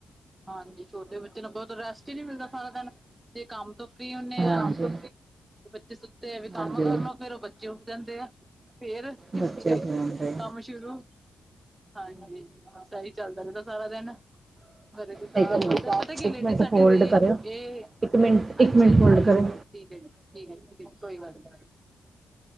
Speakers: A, on the right; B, on the right.
A: ਹਾਂਜੀ ਛੋਟੇ ਬੱਚੇ ਨੂੰ ਬਹੁਤ ਰੈਸਟ ਹੀ ਨਹੀਂ ਮਿਲਦਾ ਸਾਰਾ ਦਿਨ ਤੇ ਕੰਮ ਤੋਂ ਫਰੀ ਹੁੰਦੇ ਆ
B: ਹਾਂਜੀ
A: ਤੇ ਬੱਚੇ ਸੁੱਤੇ ਆ ਵੀ ਕੰਮ
B: ਹਾਂਜੀ
A: ਕਰਲੋ ਫੇਰ ਉਹ ਬੱਚੇ ਉੱਠ ਜਾਂਦੇ ਆ ਫੇਰ ਕਿ
B: ਬੱਚੇ
A: ਫੇਰ
B: ਖਿਆਉਂਦੇ
A: ਕੰਮ ਸ਼ੁਰੂ ਹਾਂਜੀ ਬਸ ਇਹੀ ਚੱਲਦਾ ਰਹਿੰਦਾ ਸਾਰਾ ਦਿਨ ਘਰੇ ਤ ਤ ਤਾਂ
B: ਇੱਕ ਮਿੰਟ
A: ਪਤਾ ਕੀ
B: ਇੱਕ
A: ਲੇਡੀਜ਼
B: ਮਿੰਟ
A: ਸਾਡੀ
B: ਹੋਲਡ
A: ਦੀ
B: ਕਰਿਓ
A: ਇਹ
B: ਇੱਕ ਮਿੰਟ ਇੱਕ
A: ਅੱਛਾ
B: ਮਿੰਟ
A: ਜੀ
B: ਹੋਲਡ ਕਰਿਓ
A: ਠੀਕ ਹੈ ਜੀ ਠੀਕ ਹੈ ਜੀ ਠੀਕ ਹੈ ਜੀ ਕੋਈ ਗੱਲ ਨੀ